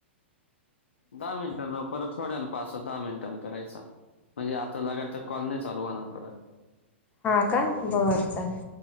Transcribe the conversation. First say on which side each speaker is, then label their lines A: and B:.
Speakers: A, on the left; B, on the left.
A: दहा मिनिटां न परत थोड्या ना पाच दहा मिनिटां करायचा म्हणजे आता लगत तर कॉलने चालू होणार बर
B: हा का बत चाले